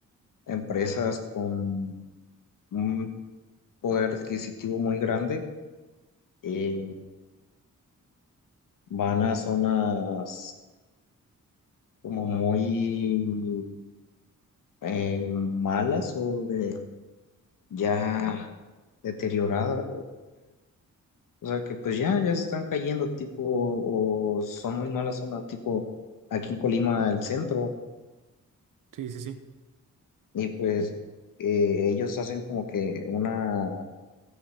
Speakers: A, on the left; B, on the right.
A: empresas con un poder adquisitivo muy grande, eh, van a zonas como muy eh, malas o de ya deterioradas, o sea, que pues ya, ya se están cayendo tipo o son muy malas zonas tipo aquí en Colima el centro.
B: Sí, sí, sí.
A: y pues eh, ellos hacen como que una